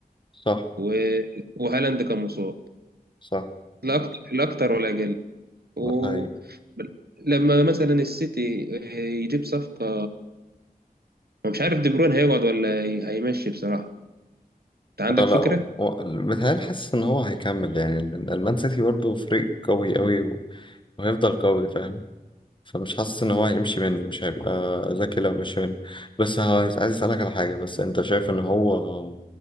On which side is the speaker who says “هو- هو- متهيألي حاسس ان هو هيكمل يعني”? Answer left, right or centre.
Left